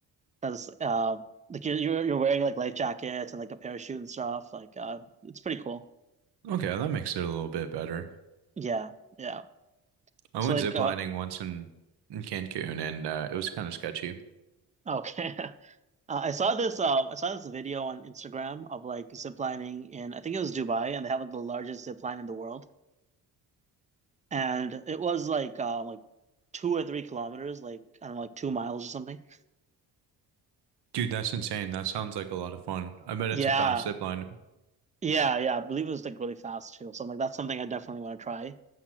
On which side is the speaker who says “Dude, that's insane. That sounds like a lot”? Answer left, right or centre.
Right